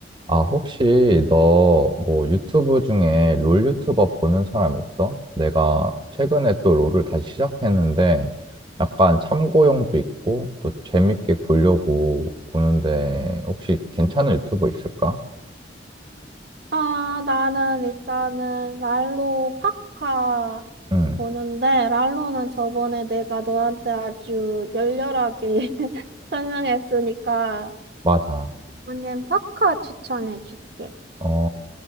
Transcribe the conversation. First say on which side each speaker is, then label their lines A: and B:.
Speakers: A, on the right; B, on the right.
A: 아, 혹시 너 뭐 유튜브 중에 롤 유튜버 보는 사람 있어? 내가 최근에 또 롤을 다시 시작했는데 약간 참고용도 있고 또 재밌게 보려고 보는데 혹시 괜찮은 유튜버 있을까?
B: 아, 나는 일단은 랄로 파카
A: 응,
B: 보는데, 랄로는 저번에 내가 너한테 아주 열렬하게 <laughs> 설명했으니까,
A: 맞아.
B: 이번엔 파카 추천해줄게.
A: 어,